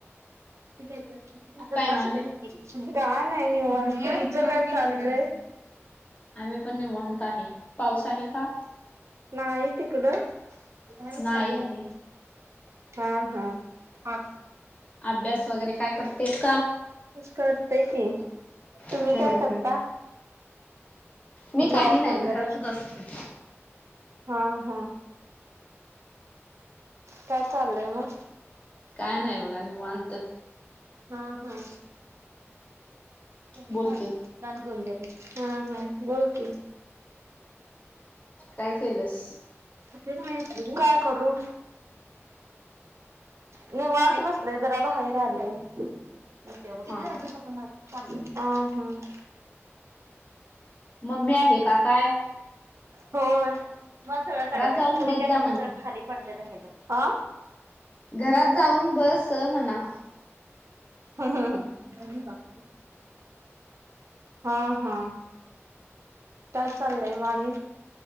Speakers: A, on the right; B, on the left.
A: इथे एकच आता
B: काय
A: बस
B: माने
A: हुतंय घ्या टिकली. काय नाही निवांत तुमचं काय चाललंय?
B: आम्ही पण निवांत आहे पाऊस आहे का?
A: नाही तिकडं? हे दहा ला
B: नाही
A: चार करा
B: आहे
A: कि. हा हा आ
B: अभ्यास वगैरे काय करतेस का?
A: करते की तुम्ही
B: हम्म
A: काय करता
B: हम्म मी काही
A: जॉब
B: नाही
A: वगैरे
B: घरातच असते
A: हा हा. काय चाललंय मग?
B: काय नाही बघा निवांत
A: हा हा. हा
B: बोल की
A: हा बोल कि
B: काय केलस
A: काय करू? निवांत बस इकडे जरा बाहेर आले. ठीक आहे मग किती
B: हा
A: झाले
B: हा
A: काका माझे? चालेल हम्म हम्म
B: मम्मी आहे का आ
A: होय. मग सगळं काढत्यात
B: जाऊन
A: पोरी
B: बस
A: काय
B: जा
A: करत्यात
B: म्हणा
A: सगळं खाली पडत्यात आणि आ
B: घरात जाऊन बस म्हणाव.
A: हम्म हम्म ह अजून सांग हा हा काय चाललंय म आणि